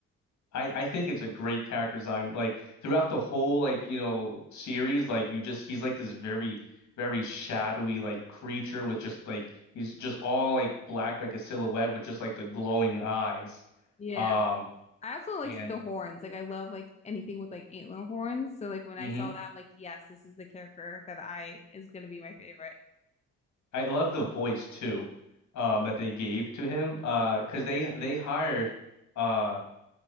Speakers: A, on the left (about 65°); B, on the left (about 20°).
A: I I think it's a great character design. Like throughout the whole like you know series, like you just he's like this very very shadowy like creature with just like he's just all like black like a silhouette with just like the glowing eyes.
B: Yeah.
A: Um
B: I also like
A: and
B: the horns. Like I love like anything with like antler horns. So like when
A: hmm
B: I saw that, I'm like, yes, this is the character that I is gonna be my favorite.
A: I love the voice too, um that they gave to him. Uh, because they they hired uh